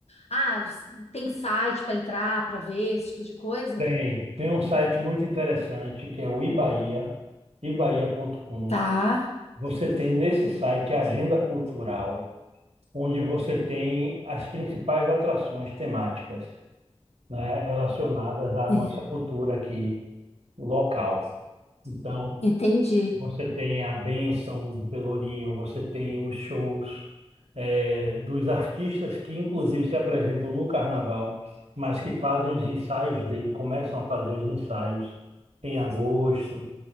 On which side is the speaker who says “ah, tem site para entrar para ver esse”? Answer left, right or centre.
Left